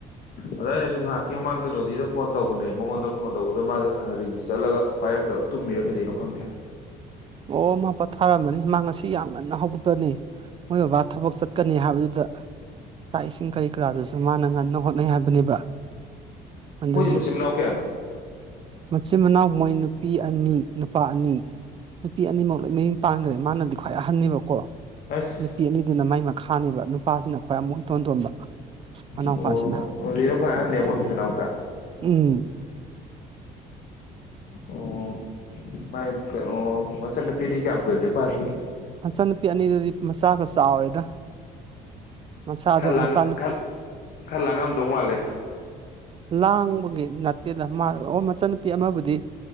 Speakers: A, on the left (about 60°); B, on the right (about 30°).
A: ꯑꯗ ꯑꯩꯅꯁꯨ ꯉꯥꯏꯍꯥꯛꯀꯤ ꯃꯃꯥꯡꯗ ꯅꯣꯗꯤꯗ ꯐꯣꯟ ꯇꯧꯕꯅꯦ ꯃꯉꯣꯟꯗ ꯐꯣꯟ ꯇꯧꯕꯗ ꯃꯥ ꯔꯤꯡꯗꯤ ꯆꯠꯂꯒ ꯄꯥꯏꯔꯛꯇꯕ ꯇꯨꯝꯃꯤꯔ ꯀꯩꯗꯧꯅꯣ ꯈꯪꯗꯦ
B: ꯑꯣ ꯃꯥ ꯄꯣꯊꯥꯔꯝꯃꯅꯤ ꯃꯥ ꯉꯁꯤ ꯌꯥꯝ ꯉꯟꯅ ꯍꯧꯒꯠꯄꯅꯤ ꯃꯣꯏ ꯕꯕꯥ ꯊꯕꯛ ꯆꯠꯀꯅꯤ ꯍꯥꯏꯕꯗꯨꯗ ꯆꯥꯛ ꯏꯁꯤꯡ ꯀꯔꯤ ꯀꯔꯥꯗꯨꯁꯨ ꯃꯥꯅ ꯉꯟꯅ ꯍꯣꯠꯅꯩ ꯍꯥꯏꯕꯅꯦꯕ ꯑꯗꯒꯤ
A: ꯃꯣꯏꯗꯤ ꯃꯆꯤꯟ ꯃꯅꯥꯎ ꯀꯌꯥꯅꯣ
B: ꯃꯆꯤꯟ ꯃꯅꯥꯎ ꯃꯣꯏꯅ ꯅꯨꯄꯤ ꯑꯅꯤ ꯅꯨꯄꯥ ꯑꯅꯤ ꯅꯨꯄꯤ ꯑꯅꯤꯃꯛ ꯂꯣꯏ ꯃꯌꯨꯝ ꯄꯥꯟꯒ꯭ꯔꯦ ꯃꯥꯅꯗꯤ ꯈ꯭ꯋꯥꯏ ꯑꯍꯟꯅꯦꯕꯀꯣ
A: ꯑꯁ
B: ꯅꯨꯄꯤ ꯑꯅꯤꯗꯨꯅ ꯃꯥꯏ ꯃꯈꯥꯅꯦꯕ ꯅꯨꯄꯥꯁꯤꯅ ꯈ꯭ꯋꯥꯏ ꯑꯃꯨꯛ ꯏꯇꯣꯟꯇꯣꯟꯕ ꯃꯅꯥꯎꯄꯥꯁꯤꯅ
A: ꯑꯣ ꯔꯣꯖꯤꯅ ꯈ꯭ꯋꯥꯏ ꯑꯍꯟꯅꯦ ꯃꯣꯏ ꯃꯆꯤꯟ ꯃꯅꯥꯎꯗ
B: ꯎꯝ
A: ꯑꯣ ꯃꯥ ꯃꯆꯟꯅꯨꯄꯤꯅ ꯀꯌꯥꯝ ꯀꯨꯏꯔꯒꯦ ꯄꯥꯟꯒꯤꯕ
B: ꯃꯆꯟꯅꯨꯄꯤ ꯑꯅꯤꯗꯨꯗꯤ ꯃꯆꯥꯒ ꯆꯥꯎꯔꯦꯗ ꯃꯆꯥꯗꯣ
A: ꯈꯔ ꯂꯥꯡ
B: ꯃꯆꯥ
A: ꯈꯔ ꯈꯔ ꯂꯥꯡꯉꯝꯗꯧ ꯃꯥꯜꯂꯦ
B: ꯂꯥꯡꯕꯒꯤ ꯅꯠꯇꯦꯗ ꯃꯥ ꯑꯣ ꯃꯆꯟꯅꯨꯄꯤ ꯑꯃꯕꯨꯗꯤ